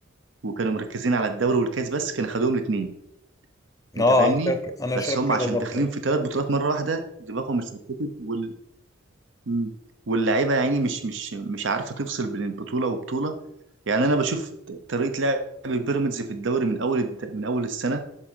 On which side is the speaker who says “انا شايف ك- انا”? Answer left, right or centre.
Left